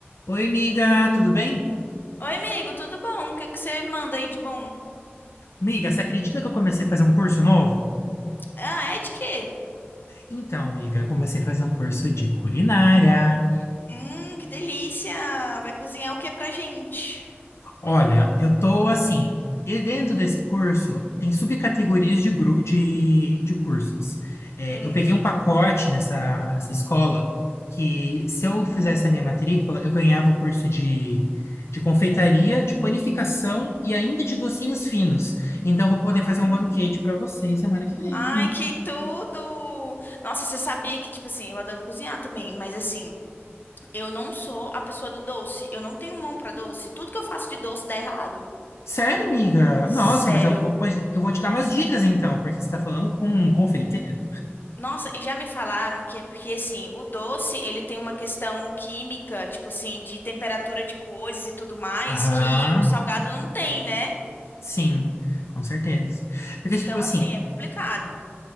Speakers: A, on the left; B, on the left.
A: Oi, amiga. tudo bem?
B: Oi, amigo, tudo bom? O que que você manda aí de bom?
A: Amiga, você acredita que eu comecei a fazer um curso novo?
B: Ah, é de quê?
A: Então, amiga, eu comecei a fazer um curso de culinária.
B: Hum, que delícia! Vai cozinhar o que pra gente?
A: Olha, eu tô assim, e dentro desse curso tem subcategorias de, gru- de, de cursos. É,
B: Hum.
A: eu peguei um pacote nessa, nessa escola que, se eu fizesse a minha matrícula, eu ganhava o curso de, de confeitaria, de panificação e ainda de docinhos finos. Então, eu vou poder
B: Ai.
A: fazer um banquete para vocês semana que vem.
B: Ai, que tudo! Nossa, você sabia que, tipo assim, eu adoro cozinhar também, mas assim, eu não sou a pessoa do doce. Eu não tenho mão pra doce. Tudo que eu faço de doce dá errado.
A: Sério, amiga?
B: Sério.
A: Nossa, mas eu vou, pois- eu vou te dar umas dicas então, porque você está falando com um confeiteiro.
B: Nossa, e já me falaram que é porque, assim, o doce, ele tem uma questão química, tipo assim, de temperatura de coisas e tudo mais,
A: Aham,
B: que o salgado não tem, né?
A: sim, com certeza. Porque,
B: Então,
A: tipo assim,
B: assim, é complicado.